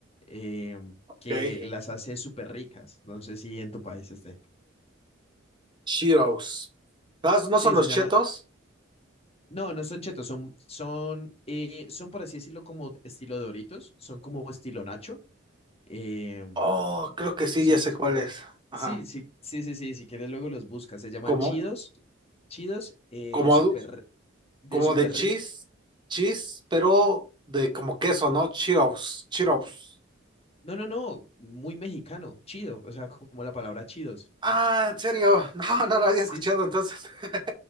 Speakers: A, on the left; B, on the right.
A: eh,
B: Ok.
A: que las hace súper ricas. No sé si en tu país esté.
B: Cheetos. ¿No no
A: Sí,
B: son los
A: se llama...
B: chetos?
A: No, no son chetos, son, son, eh, son por así decirlo como estilo Doritos, son como estilo Nacho. eh,
B: Oh, creo que sí,
A: son,
B: ya sé cuál es. Ajá.
A: sí, sí, sí, sí, sí, si quieres luego los buscas, se llaman
B: Como,
A: chidos, chidos eh,
B: como,
A: de súper
B: adu-
A: de
B: como
A: super
B: de cheese, cheese, pero de como queso, ¿no? Cheetos, Cheetos.
A: No, no, no, muy mexicano, chido, o sea, como la palabra chidos.
B: Ah, ¿en serio? <laughs> No, no lo había
A: Sí,
B: escuchado
A: sí,
B: entonces. <laughs>